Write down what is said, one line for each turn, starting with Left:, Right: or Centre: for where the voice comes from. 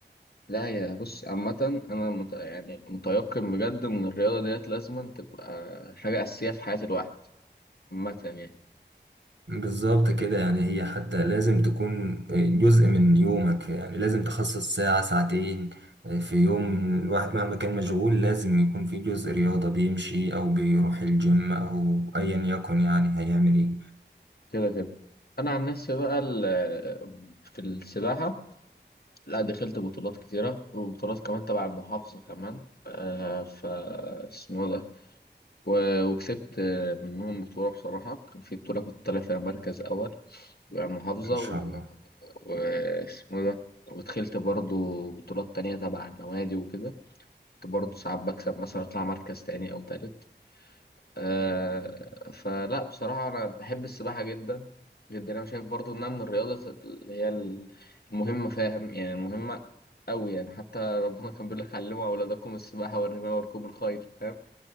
Left: لا يا بص عامة أنا مت... يعني متيقن بجد إن الرياضة ديت لازما تبقى حاجة أساسية في حياة الواحد عامة يعني
Right: بالظبط كده يعني هي حتى لازم تكون جزء من يومك يعني لازم تخصص ساعة ساعتين آه، في يوم الواحد مهما كان مشغول لازم يكون في جزء رياضة بيمشي أو بيروح الجيم أو أيا يكن يعني هيعمل إيه
Left: كده كده أنا عن نفسي بقى ال... في السباحة لا دخلت بطولات كتيرة وبطولات كمان تبع المحافظة كمان آه ف اسمه ده و- وكسبت آه، منهم بطولة بصراحة كان في بطولة كنت طالع فيها مركز أول يعني محافظة
Right: إن شاء
Left: و...
Right: الله
Left: واسمه إيه ده ودخلت برضو بطولات تانية تبع النوادي وكده كنت برضو ساعات بكسب مثلا أطلع مركز تاني أو تالت آه فلا بصراحة أنا بحب السباحة جدا جدا أنا شايف برضو إنها من الرياضة اللي هي المهمة فاهم يعني المهمة أوي يعني حتى ربنا كان بيقول لك علموا أولادكم السباحة والرماية وركوب الخيل فاهم